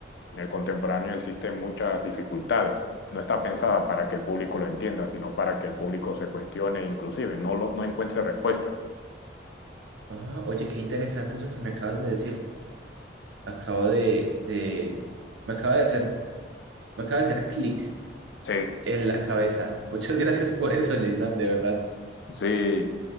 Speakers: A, on the left; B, on the right.
A: En el contemporáneo existen muchas dificultades. No está pensada para que el público lo entienda, sino para que el público se cuestione, inclusive no, lo- no encuentre respuestas.
B: Ah, oye, qué interesante eso que me acabas de decir. acabo de, de, me acaba de hacer, me acaba de hacer clic
A: Sí,
B: en la cabeza. <laughs> Muchas gracias por eso, Leisam, de verdad.
A: sí.